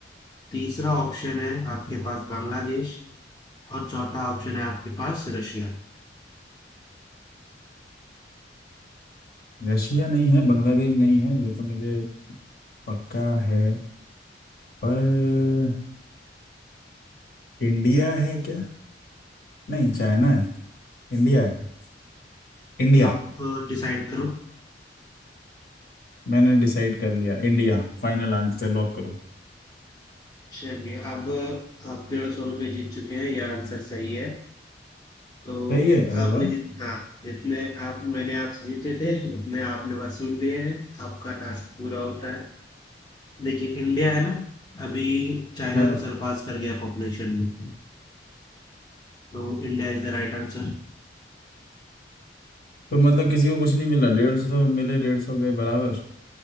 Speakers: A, on the left (about 25°); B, on the left (about 55°).
A: तीसरा ऑप्शन है आपके पास बांग्लादेश और चौथा ऑप्शन है आपके पास रशिया
B: रशिया नहीं है बांग्लादेश नहीं है ये तो मुझे पक्का है पर इंडिया है क्या नहीं चाइना है इंडिया है इंडिया
A: आप डिसाइड करो
B: मैंने डिसाइड कर लिया इंडिया फाइनल आंसर लॉक करो
A: चलिए अब आप डेढ़ सौ रुपये जीत चुके हैं यह आंसर सही है तो
B: सही है अरे
A: आपने
B: वाह
A: जितने हाँ जितने आप मैंने आपसे जीते थे उतने आपने वसूल लिए हैं आपका टास्क पूरा होता है देखिए इंडिया है ना अभी चाइना
B: हाँ
A: को सरपास कर गया पॉपुलेशन में तो India is the right answer
B: तो मतलब किसी को कुछ नहीं मिला डेढ़ सौ मिले डेढ़ सौ गए बराबर